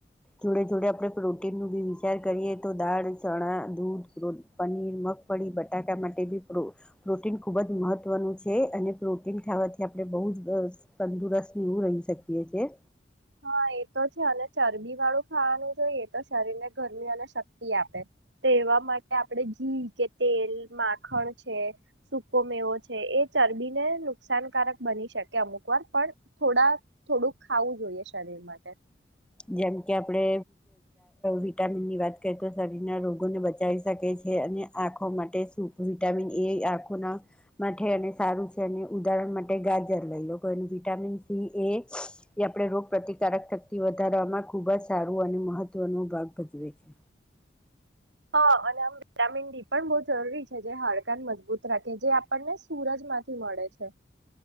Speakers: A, in the centre; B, on the right.
A: જોડે જોડે આપણે પ્રોટીનનું ભી વિચાર કરીએ તો દાળ, ચણા, દૂધ, પનીર, મગફળી, બટાકા માટેી પ્રો-પ્રોટીન ખુબ જ મહત્વનું છે અને પ્રોટીન ખાવાથી આપણે બહુ જ તંદુરસ્ત એવું રહી શકીએ છીએ.
B: હા એતો છે હલે ચરબી વાળું ખાવાનું જોઈએ તો શરીર ને ગરમી અને શક્તિ આપે તો એવા માટે આપણે ઘી કે તેલ માખણ છે સૂકો મેવો છે એ ચરબીને નુકસાનકારક બની શકે અમુક વાર પણ થોડા થોડુંક ખાવું જોઈએ શરીર માટે
A: જેમ કે આપણે વિટામિન ની વાત કરીએ તો શરીરના રોગોને બચાવી શકે છે અને આંખો માટે વિટામિન એ આંખો ના માટે અને સારું છે અને ઉદાહરણ માટે ગાજર લઈ લો વિટામિન સી એ આપણે રોગ પ્રતિકારક થ થી વધારવામાં ખૂબ જ સારું અને મહત્વનો ભાગ ભજવે છે
B: હા અને આમ વિટામિન ડી પણ બહુ જરૂરી છે જે હાડકાન મજબૂત રાખે જે આપણને સૂરજ માંથી મળે છે